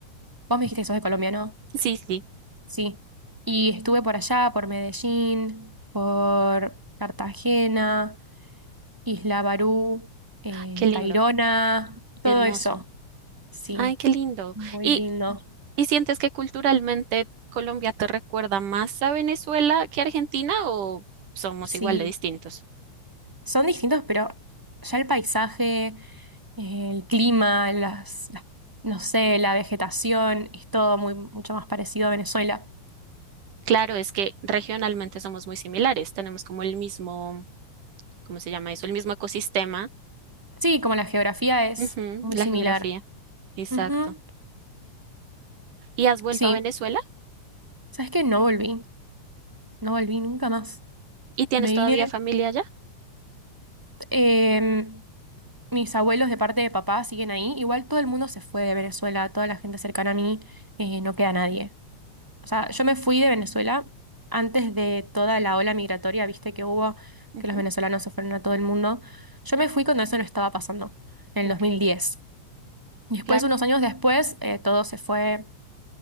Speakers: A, on the right; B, on the right.
A: Vos me dijiste que sos de Colombia, ¿no?
B: Sí, sí.
A: Sí. Y estuve por allá, por Medellín, por Cartagena, Isla Barú, eh,
B: Ay, Qué lindo,
A: Tayrona,
B: hermoso.
A: todo eso. Sí,
B: Ay, qué lindo.
A: muy
B: ¿Y,
A: lindo.
B: y sientes que culturalmente Colombia te recuerda más a Venezuela que Argentina o somos
A: Sí,
B: igual de distintos?
A: son distintos, pero ya el paisaje, el clima, las, las- no sé, la vegetación, es todo muy, mucho más parecido a Venezuela.
B: Claro, es que regionalmente somos muy similares, tenemos como el mismo, ¿cómo se llama eso? El mismo ecosistema,
A: Sí, como la geografía es
B: Ujú,
A: muy
B: la
A: similar.
B: geografía, exacto.
A: Ujú,
B: ¿Y has vuelto
A: Sí,
B: a Venezuela?
A: ¿sabes qué? No volví, no volví nunca más.
B: ¿Y tienes
A: Me vine,
B: todavía familia allá?
A: eh, mis abuelos de parte de papá siguen ahí. Igual todo el mundo se fue de Venezuela, toda la gente cercana a mí, eh, no queda nadie. O sea, yo me fui de Venezuela antes de toda la ola migratoria, viste que hubo,
B: Ujú,
A: que los venezolanos se fueron a todo el mundo. Yo me fui cuando eso no estaba pasando, en
B: ok,
A: el 2010. Y después,
B: claro,
A: unos años después, eh, todo se fue.